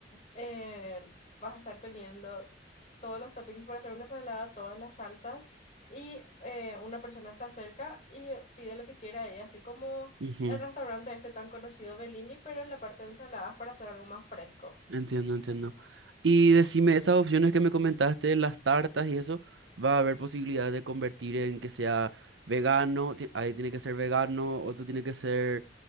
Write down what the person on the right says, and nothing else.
ujú.
Entiendo, entiendo. Y decime, esas opciones que me comentaste, las tartas y eso, ¿va a haber posibilidad de convertir en que sea vegano? Ti- Ahí tiene que ser vegano, otro tiene que ser